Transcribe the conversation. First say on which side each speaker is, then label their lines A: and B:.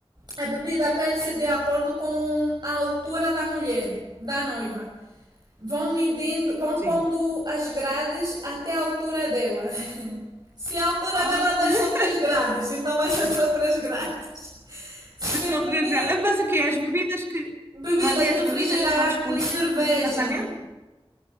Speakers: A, on the right (about 45°); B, on the right (about 25°).
A: a bebida pede-se de acordo com a altura da mulher, da noiva. Vão medindo, vão
B: Sim.
A: pondo as grades até a altura dela. <laughs> Se a altura
B: Ah.
A: dela der só 3 grades, então vai ser só 3 grades. Se
B: Só
A: beber
B: três garrafas. Mas o quê? As bebidas que.
A: bebidas,
B: Mas é
A: refrigerante,
B: as bebidas que estão disponíveis
A: cerveja.
B: depois no casamento?